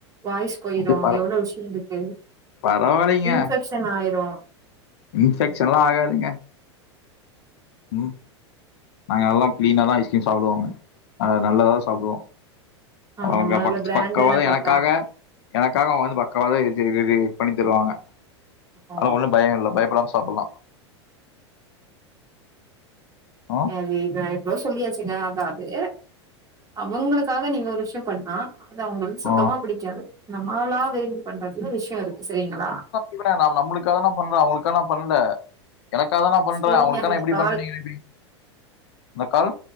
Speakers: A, on the right; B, on the left.
A: வாய்ஸ் போயிரு
B: இது பர
A: எவ்ளோ விஷயங்ருக்கு
B: பரவாயில்லைங்க.
A: இன்ஃபெக்ஷன் ஆயிரு
B: இன்ஃபெக்ஷன்லா ஆகாதுங்க ம் நாங்கள்ல்லா கிளீனாதா ஐஸ்கிரீம் சாப்புடுவோங்க நாங்க நல்லதா சாப்புடுவ
A: ஆமாமா
B: அவங்க
A: நல்ல
B: பக்
A: பிராண்டடா
B: பக்கவாக
A: பாத்தா.
B: எனக்காக எனக்காக அவங்க வந்து பக்காவா எதே இது பண்ணி தருவாங்க
A: ஓ
B: அதலா ஒன்னு பயோ இல்ல பயப்படாம சாப்புல்லா ம்.
A: ஏ அது இதா எவ்ளோ சொல்லியாச்சுங்க அதா அது அவங்களுக்காக நீங்க ஒரு விஷயொ பண்ணா அது அவங்களுக் சுத்தமா
B: ம்.
A: பிடிக்காது நம்மாலா விரும்பி பண்றதுல விஷயோ இருக்கு சரிங்களா
B: இப்ப நா நாம நம்ளுக்காதா நா பண்ற அவங்களுக்கா நா பண்ல எனக்காகதா நா பண்றே
A: சரிங்க
B: அவங்களுக்கா
A: இந்த
B: நா எப்டி
A: கால்
B: பண்ற நீங்க நெனைப்பிங்க இந்த கால்